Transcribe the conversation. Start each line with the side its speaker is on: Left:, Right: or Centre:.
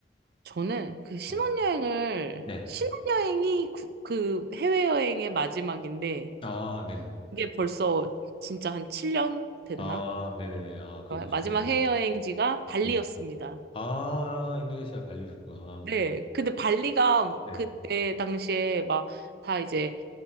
Right: 저는 그 신혼여행을,
Left: 네. 네.
Right: 신혼여행이 구- 그 해외여행의 마지막인데,
Left: 아, 네네네.
Right: 그게 벌써 진짜 한 7년 됐나?
Left: 아, 네네네. 아, 그도셨구나
Right: 마지막 해외여행지가 발리였습니다.
Left: 네. 아, 인도네시아 발리셨구나.
Right: 네. 근데 발리가
Left: 네.
Right: 그때 당시에 막 다 이제